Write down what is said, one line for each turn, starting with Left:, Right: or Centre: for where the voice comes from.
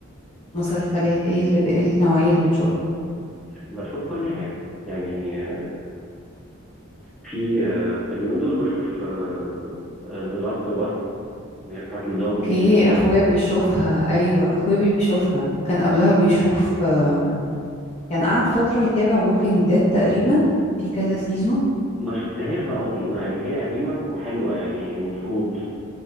Left: مسلسلات ايه اللي ب... إيه النوعيه اللي بتشوفها
Centre: بشوف كل حاجه يعني آه، في آه، اليومين دول بشوف ذا لاست اوف اس اللي هي بتاعت الزومبيز
Left: اوكي
Centre: دي بس
Left: اخويا
Centre: آه،
Left: بيشوفها ايوه اخويا بيشوفها وكان قبلها بيشوف آم، كان قعد فتره يتابع ووكينج ديد تقريبا في كذا سيزون
Centre: ما شفتهاش بقى ممكن مع ان هي قديمه وحلوه يعني المفروض